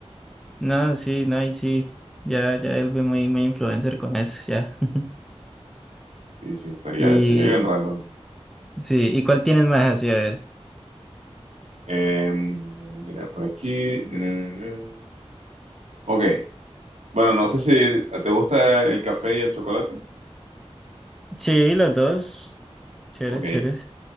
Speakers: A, in the centre; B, on the right.
A: no, sí, no, y sí. Ya, ya él ve muy, muy influencer con eso, ya. <laughs>
B: Sí, sí, estaría,
A: Y
B: estaría bien random.
A: sí, ¿y cuál tienes más así? A ver.
B: Eh, déjame mirar por aquí. Mm, Ok, bueno, no sé si te gusta el café y el chocolate.
A: Sí, los dos. Chéveres,
B: Ok,
A: chéveres.